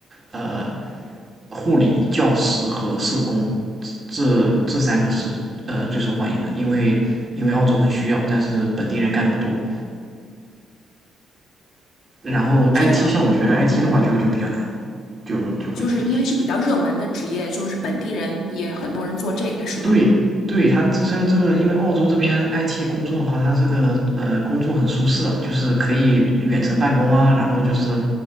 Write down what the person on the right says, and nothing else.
呃，护理、教师和社工。这这三个是呃最受欢迎的，因为因为澳洲很需要，但是本地人干的不多。然后
IT
像我觉得 IT
的话就就比较难了，就就会难一些。
对对，他这这这个，因为澳洲这边 IT 工作的话，他这个呃工作很舒适啊，就是可以远程办公啊，然后就是